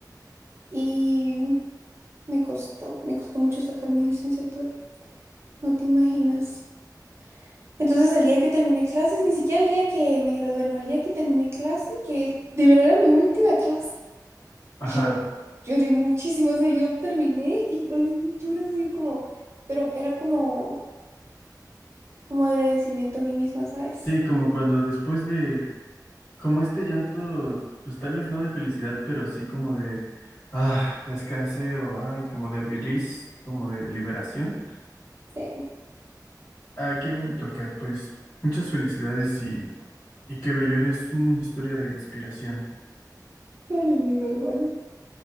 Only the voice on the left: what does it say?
Ajá.
Sí, como cuando después de, como este llanto, pues tal vez no de felicidad, pero sí como de, ah, descanse o, ay, como de release, como de liberación.
Ah, qué bonito, Kat, pues muchas felicidades y, y qué bello, eres una historia de inspiración.